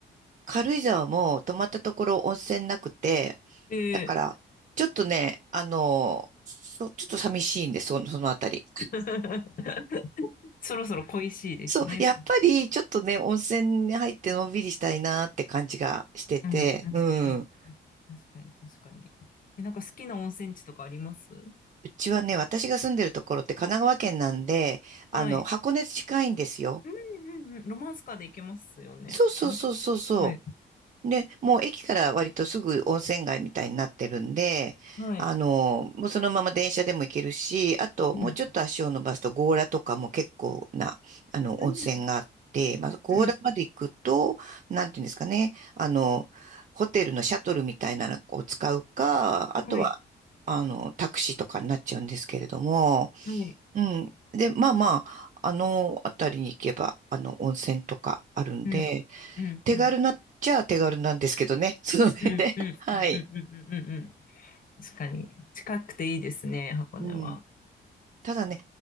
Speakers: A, on the right; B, on the left.
A: 軽井沢も泊まったところ温泉なくて、
B: ええ
A: だから、ちょっとね、あの、そ、ちょっと寂しいんです、その、そのあたり。<laughs>
B: <laughs> そろそろ恋しいですね。
A: そう、やっぱりちょっとね、温泉に入ってのんびりしたいなって感じがしてて、
B: うん、うん、うん。
A: うん。
B: うん
A: う
B: 確かに、確かに。え、なんか好きな温泉地とかあります
A: ちはね、私が住んでるところって神奈川県なんで、あの、
B: はい。
A: 箱根近いんですよ。
B: うん、うん、うん。ロマンスカーで行けますよね。
A: そうそうそうそうそ
B: ロマンスカー。はい、
A: う。で、もう駅から割とすぐ温泉街みたいになってるんで、
B: はい。
A: あの、もうそのまま電車でも行けるし、あともうちょっと足を伸ばすと強羅とかも結構な、
B: うん、
A: あの、
B: うん、
A: 温泉があって、まあ、強羅まで行くと、
B: うん。
A: なんていうんですかね、あの、ホテルのシャトルみたいなのを使うか、あとは、
B: はい、
A: あの、タクシーとかになっちゃうんですけれども、
B: はい。
A: うん。で、まあまあ、あの辺りに行けば、あの、温泉とかあるんで、
B: うん、うん、
A: 手軽なっちゃ手軽なんですけどね。
B: うん、
A: <laughs> その辺で。
B: うん、
A: <laughs>
B: うん、
A: はい。
B: うん、うん、うん、うん。うん確かに。近くていいですね、箱根は。
A: うん。ただね、